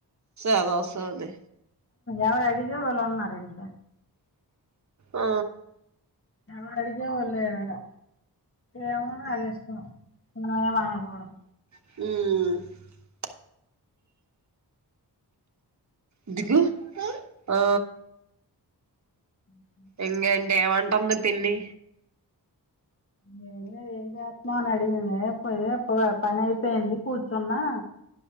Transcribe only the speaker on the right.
అది వస్తుంది
ఆ
మ్ ఇదికు ఆ
ఎంగంటే ఏవంటాంది పిన్ని